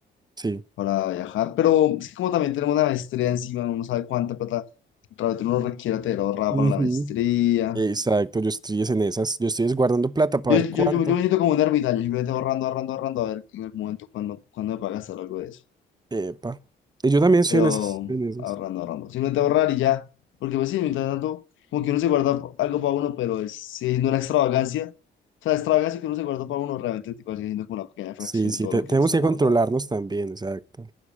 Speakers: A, on the right; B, on the left.
A: sí.
B: para viajar, pero es que como también tenemos una maestría encima, uno no sabe cuánta plata realmente uno requiere tener ahorrada
A: Ujú.
B: para la maestría.
A: Exacto, yo estoy es en esas. Yo estoy es guardando plata para
B: Yo,
A: ver
B: yo,
A: cuánto.
B: yo, yo me siento como un ermitaño, simplemente ahorrando, ahorrando, ahorrando, a ver en el momento cuando, cuando me paga gastar algo de eso.
A: Epa. Y yo también estoy
B: Pero
A: en esas. En esas.
B: ahorrando, ahorrando. Simplemente ahorrar y ya, porque pues sí, mientras tanto, como que uno se guarda algo para uno, pero es, sigue siendo una extravagancia. O sea, la extravagancia que uno se guarda para uno realmente tipo, sigue siendo como una pequeña fracción
A: Sí, sí,
B: de todo
A: te-
B: lo que
A: tenemos
B: uno está
A: que
B: guardando.
A: controlarnos también, exacto.